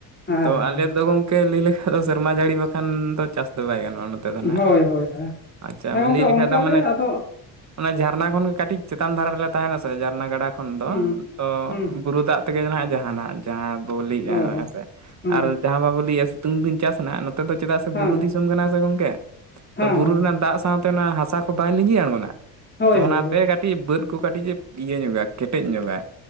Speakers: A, on the left (about 20°); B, on the right (about 35°).
A: ᱦᱮᱸ
B: ᱛᱚ
A: ᱦᱮᱸ
B: ᱟᱞᱮ ᱫᱚ ᱜᱚᱝ᱾ ᱜᱚᱢᱠᱮ ᱞᱟᱹᱭ ᱞᱮᱠᱷᱟᱡ ᱫᱚ ᱥᱮᱨᱢᱟ ᱡᱟᱹᱲᱤ ᱵᱟᱠᱷᱟᱱ ᱫᱚ ᱪᱟᱥ ᱫᱚ ᱵᱟᱭ ᱜᱟᱱᱚᱜᱼᱟ, ᱱᱚᱛᱮ ᱫᱚ
A: ᱦᱮᱸ
B: ᱟᱸᱱᱟᱜ
A: ᱦᱳᱭ ᱦᱳᱭ ᱦᱮᱸ
B: ᱟᱪᱪᱷᱟ
A: ᱦᱮᱸ ᱜᱚᱝᱠᱮ
B: ᱞᱟᱹᱭ ᱞᱮᱠᱷᱟᱡ
A: ᱚᱱᱠᱟ
B: ᱫᱚ ᱢᱟᱱᱮ
A: ᱜᱮ ᱟᱫᱚ
B: ᱚᱱᱟ ᱡᱷᱟᱨᱱᱟ ᱠᱷᱚᱱᱜ ᱜᱮ ᱠᱟᱹᱴᱤᱡ ᱪᱮᱛᱟᱱ ᱫᱷᱟᱨᱟ ᱨᱮᱞᱮ ᱛᱟᱦᱮᱱᱟ ᱥᱮ ᱡᱷᱟᱨᱱᱟ ᱜᱟᱰᱟ ᱠᱷᱚᱱ ᱫᱚ
A: ᱦᱩᱸ
B: ᱛᱚ
A: ᱦᱩᱸ
B: ᱵᱩᱨᱩ ᱫᱟᱜ ᱛᱮᱜᱮ ᱱᱟᱜ ᱡᱟᱦᱟᱱᱟᱜ ᱡᱟᱦᱟᱸ ᱵᱚ ᱞᱟᱹᱭᱮᱜ-ᱟ
A: ᱚ
B: ᱦᱮᱸᱥᱮ
A: ᱦᱩᱸ
B: ᱟᱨ ᱡᱟᱦᱟᱸ ᱵᱟᱵᱚ ᱞᱟᱹᱭᱮᱫ-ᱟ ᱥᱤᱛᱩᱝ ᱫᱤᱱ ᱪᱟᱥ ᱨᱮᱱᱟᱜ ᱱᱚᱛᱮ ᱫᱚ ᱪᱮᱫᱟᱜ ᱥᱮ ᱵᱩᱨᱩ
A: ᱦᱮᱸ ᱦᱮᱸ
B: ᱫᱤᱥᱚᱢ ᱠᱟᱱᱟ ᱥᱮ ᱜᱚᱝᱠᱮ,
A: ᱦᱮᱸ
B: ᱛᱚ ᱵᱩᱨᱩ
A: ᱦᱮᱸ
B: ᱨᱮᱱᱟᱜ ᱫᱟᱜ ᱥᱟᱶ ᱛᱮ ᱚᱱᱟ ᱦᱟᱥᱟ ᱠᱚ ᱵᱟᱭ ᱞᱤᱸᱡᱤ ᱟᱬᱜᱚᱱᱟ
A: ᱦᱳᱭ
B: ᱛᱚ
A: ᱦᱳᱭ
B: ᱚᱱᱟ
A: ᱦᱳᱭ
B: ᱛᱮ ᱠᱟᱹᱴᱤᱡ ᱠᱟᱹᱴᱤᱡ ᱵᱟᱹᱫᱽ ᱠᱚ ᱠᱟᱹᱴᱤᱡ ᱮ ᱤᱭᱟᱹ ᱧᱚᱜᱟ ᱠᱮᱴᱮᱡ ᱧᱚᱜᱟ